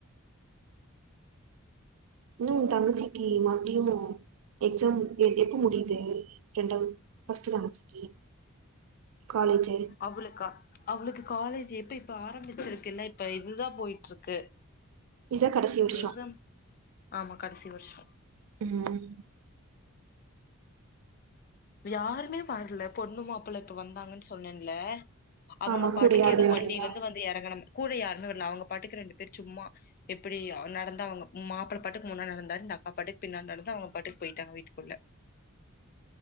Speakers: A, on the right; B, on the left.
A: இன்னும் உ தங்கச்சிக்கி மட்டியு எக்ஸாம் எ எப்ப முடியுது ரெண்டாவது ஃபஸ்ட்டு தக்காச்சிக்கி காலேஜு
B: அவளுக்கா அவளுக்கு காலேஜ் எப்ப இப்ப ஆரம்பிச்சிருக்கெல்ல இப்ப இதுதா போயிட்டுருக்கு
A: இதா கடைசி வருஷோ
B: எக்ஸாம் ஆமா கடைசி வருஷோ
A: ம்
B: யாருமே வர்ல பொண்ணு மாப்புள்ள இப்ப வந்தாங்கன்னு சொன்னேன்ல அவுங்க
A: ஆமா
B: பாட்டுக்கு
A: கூட யாருமே
B: எதுவு
A: வரலையா
B: வண்டியிலருந்து வந்து எறங்கணாங்க கூட யாருன்னு வரல்ல அவுங்க பாட்டுக்கு ரெண்டு பேர் சும்மா எப்பிடி நடந்தா அவுங்க மாப்புள்ள பாட்டுக்கு முன்னா நடந்தாரு இந்த அக்கா பாட்டுக்கு பின்னா நடந்தா அவுங்க பாட்டுக்கு போயிட்டாங்க வீட்டுக்குள்ள